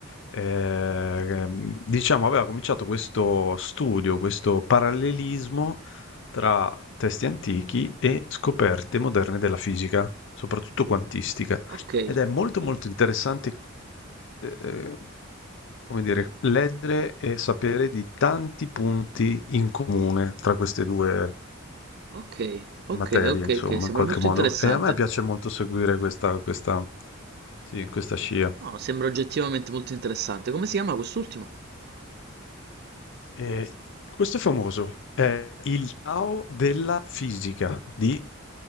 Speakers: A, on the left (about 65°); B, on the right (about 50°).
A: ehm, diciamo aveva cominciato questo studio, questo parallelismo tra testi antichi e scoperte moderne della fisica, soprattutto quantistica.
B: okay,
A: Ed è molto, molto interessante ehm, come dire, leggere e sapere di tanti punti in comune tra queste due
B: okay, okay,
A: materie,
B: okay,
A: insomma,
B: okay, sembra
A: in qualche
B: molto
A: modo.
B: interessante.
A: E a me piace molto seguire questa, questa, sì, questa scia.
B: No, sembra oggettivamente molto interessante. Come si chiama quest'ultimo?
A: E questo è famoso, è il Tao della fisica di